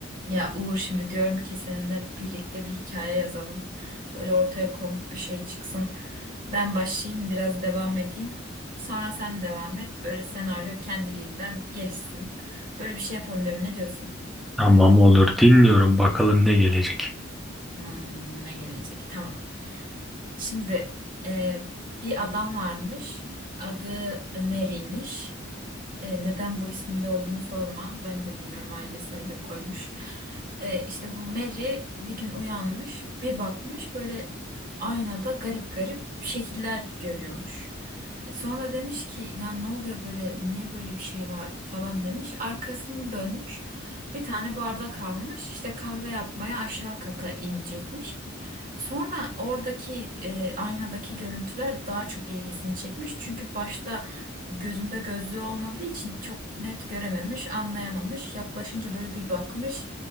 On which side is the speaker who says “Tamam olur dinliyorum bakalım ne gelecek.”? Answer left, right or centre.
Centre